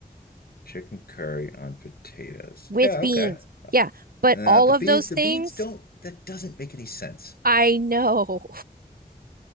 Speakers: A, on the left; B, on the right.
A: Chicken curry on potatoes.
B: with
A: Yeah,
B: beans.
A: okay.
B: Yeah, but
A: Uh,
B: all
A: the
B: of
A: beans,
B: those
A: the
B: things,
A: beans don't, that doesn't make any sense.
B: I <laughs> know.